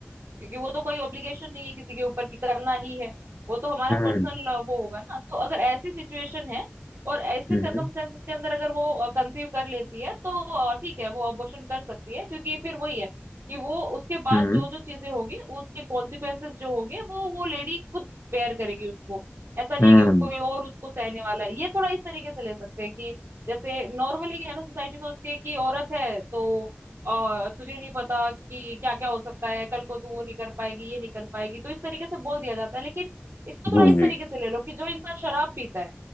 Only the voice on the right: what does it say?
क्योंकि वो तो कोई ऑब्लिगेशन नहीं है किसी के ऊपर कि करना ही है वो तो हमारा
पर्सनल वो होगा ना तो अगर ऐसी सिचुएशन है और ऐसे
सर्कमस्टेंसेस के अंदर अगर वो कंसीव कर लेती है तो अ, ठीक है वो अबॉर्शन कर सकती है क्योंकि फिर वही है कि वो उसके बाद
जो जो चीजें होगी उसके कॉन्सिक्वेंसेस जो होंगे वो वो लेडी खुद बेयर करेगी उसको ऐसा नहीं
है कि वो कोई और उसको सहने वाला है ये थोड़ा इस तरीके से ले सकते हैं कि जैसे नॉर्मली क्या है ना सोसाइटी सोचती है कि औरत है तो और तुझे नहीं पता कि क्या क्या हो सकता है कल को तू वो नहीं कर पाएगी ये नहीं कर पाएगी तो इस तरीके से बोल दिया जाता है लेकिन इसको थोड़ा
इस
तरीके से ले लो कि जो इंसान शराब पीता है